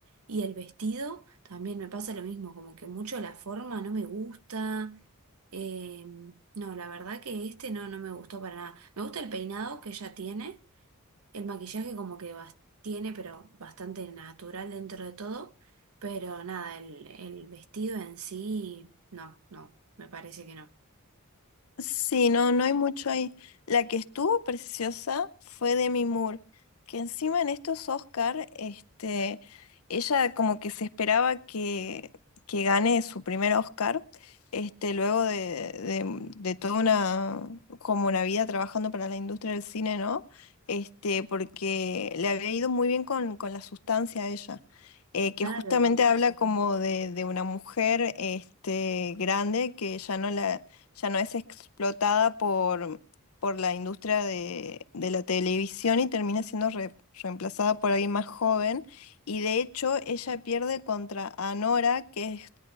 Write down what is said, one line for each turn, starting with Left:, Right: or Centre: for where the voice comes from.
Right: Y el vestido también me pasa lo mismo, como que mucho la forma no me gusta. eh, no, la verdad que este no, no me gustó para nada. Me gusta el peinado que ella tiene el maquillaje como que bas- tiene, pero bastante natural dentro de todo. Pero nada, el, el vestido en sí, no, no, me parece que no.
Left: Sí, no, no hay mucho ahí. La que estuvo preciosa fue Demi Moore, que encima en estos Oscar, este, ella como que se esperaba que, que gane su primer Oscar, este, luego de, de, de toda una, como una vida trabajando para la industria del cine, ¿no? Este, porque le había ido muy bien con, con la sustancia a ella. eh, que
Right: Claro,
Left: justamente habla como de, de una mujer este, grande que ya no la, ya no es explotada por, por la industria de, de la televisión y termina siendo re- reemplazada por alguien más joven. Y de hecho, ella pierde contra Anora, que es